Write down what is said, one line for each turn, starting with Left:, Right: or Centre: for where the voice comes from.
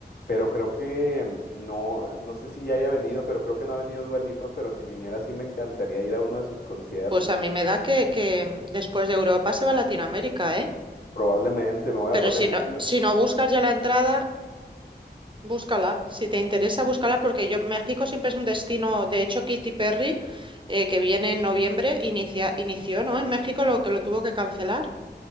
Left: Pero creo que mm, no, no sé si ya haya venido, pero creo que no ha venido Dua Lipa, pero si viniera sí me encantaría ir a uno de sus conciertos.
Right: Pues a mí me da que, que después de Europa se va a Latinoamérica, ¿eh?
Left: Probablemente me voy
Right: Pero
Left: a poner
Right: si no,
Left: pilas.
Right: si no buscas ya la entrada, Búscala, si te interesa, búscala porque yo México siempre es un destino, de hecho Katy Perry, eh, que viene en noviembre, inicia- inició, ¿no? En México lo que lo tuvo que cancelar.